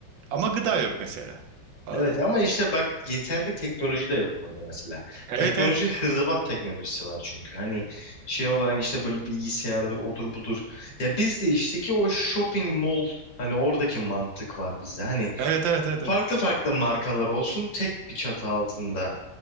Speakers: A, on the right; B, on the left.
A: ama gıda yok mesela. Aa,
B: Evet ama işte bak yeterli teknoloji de yok orada mesela.
A: Evet
B: Teknoloji
A: evet.
B: hırdavat teknolojisi var çünkü. Hani şey olarak işte böyle bilgisayardır odur budur. Ya bizde işte ki o shopping mall hani oradaki mantık var bizde. Hani
A: Evet evet evet. evet.
B: farklı farklı markalar olsun tek bir çatı altında